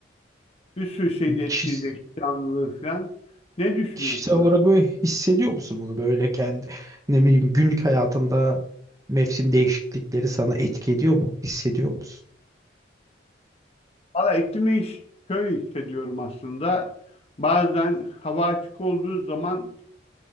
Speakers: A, on the left (about 30°); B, on the right (about 15°).
A: Bir sürü şeyi de etkileyecek
B: Kişis-
A: canlılığı falan. Ne düşünüyorsun?
B: kişisel olarak böyle hissediyor musun bunu böyle kendi ne bileyim günlük hayatında mevsim değişiklikleri sana etki ediyor mu? Hissediyor musun?
A: Valla iklim değiş şöyle hissediyorum aslında. Bazen hava açık olduğu zaman